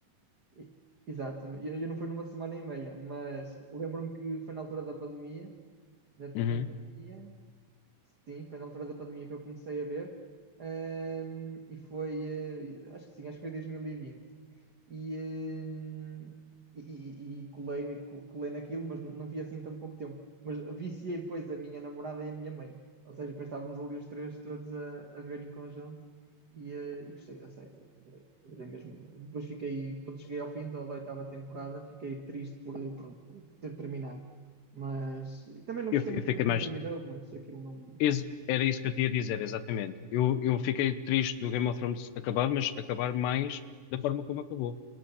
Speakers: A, on the right; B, on the left.
A: e- Exato, eu, eu não fui numa semana e meia, mas lembro-me que foi na altura da pandemia, da pandemia,
B: Uhum.
A: Sim, foi na altura da pandemia que eu comecei a ver. Ahm, e foi, eh, acho que sim, acho que foi 2020. E, vinte. E, ehm, e, e- e colei, co- colei naquilo, mas não vi assim tão pouco tempo. Mas viciei depois a minha namorada e a minha mãe. Ou seja, depois estávamos ali os três todos a, a ver em conjunto. E, eh, e gostei da série, adorei, adorei mesmo. Depois fiquei, quando cheguei ao fim da, da oitava temporada, fiquei triste por, por por ter terminado. Mas e também não
B: Eu,
A: gostei
B: fi-
A: muito
B: eu fiquei
A: bem como
B: mais.
A: terminou, mas aquilo não.
B: ex- Era isso que eu tinha a dizer, exatamente. Eu, eu fiquei triste do Game of Thrones acabar, mas acabar mais da forma como acabou.